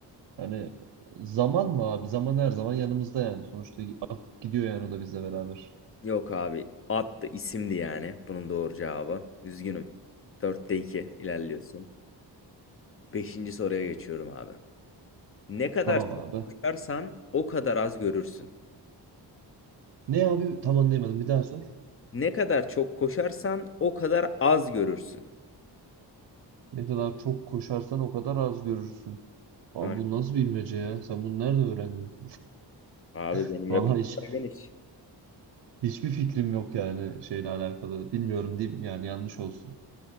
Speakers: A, on the right; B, on the left.
A: Hani zaman mı abi? Zaman her zaman yanımızda yani. Sonuçta akıp gidiyor yani o da bizle beraber.
B: Yok abi. Attı isimdi yani. Bunun doğru cevabı. Üzgünüm. Dörtte 2 ilerliyorsun. Beşinci soruya geçiyorum abi. Ne kadar
A: Tamam
B: çok
A: abi.
B: koşarsan o kadar az görürsün.
A: Ne abi? Tam anlayamadım. Bir daha sor.
B: Ne kadar çok koşarsan o kadar az görürsün.
A: Ne kadar çok koşarsan o kadar az görürsün. Abi
B: Aynen.
A: bu nasıl bilmece ya? Sen bunu nerede öğrendin?
B: Abi benim
A: <laughs> Vallahi
B: repertuar
A: hiç
B: geniş.
A: hiçbir fikrim yok yani şeyle alakalı. Bilmiyorum diyeyim yani yanlış olsun.